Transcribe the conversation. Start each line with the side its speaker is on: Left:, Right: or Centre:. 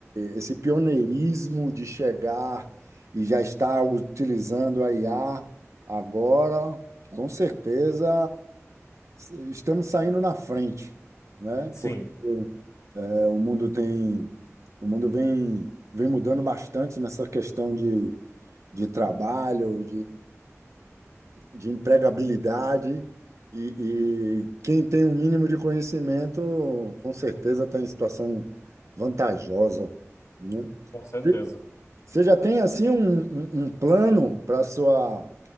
Right: esse pioneirismo de chegar e já estar utilizando a IA agora, com certeza s- estamos saindo na frente, né?
Left: sim,
Right: Porque é, o mundo tem, o mundo vem, vem mudando bastante nessa questão de, de trabalho, de empregabilidade e, e quem tem um mínimo de conhecimento, com certeza está em situação vantajosa, né?
Left: com certeza.
Right: Você você já tem assim um, um- um plano para sua